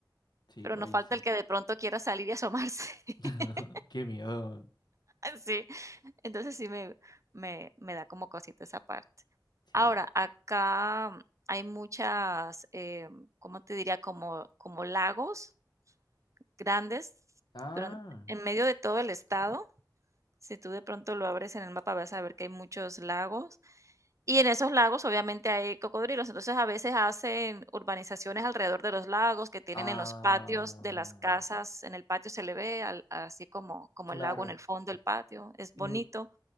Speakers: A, on the left (about 65°); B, on the right (about 40°).
A: sí,
B: pero
A: pues
B: nos
A: ahí
B: falta
A: sí.
B: el que de pronto quiera salir y asomarse. <laughs>
A: <laughs> Qué miedo.
B: sí, entonces sí me, me, me, da como cosita esa parte.
A: Sí.
B: Ahora, acá hay muchas, eh, ¿cómo te diría? Como, como lagos grandes
A: Ah.
B: durante, en medio de todo el estado. Si tú de pronto lo abres en el mapa, vas a ver que hay muchos lagos Y en esos lagos, obviamente, hay cocodrilos. Entonces, a veces hacen urbanizaciones alrededor de los lagos que tienen
A: Ah.
B: en los patios de las casas. En el patio se le ve al- así como, como
A: Claro.
B: el lago en el fondo del patio. Es
A: Digo,
B: bonito.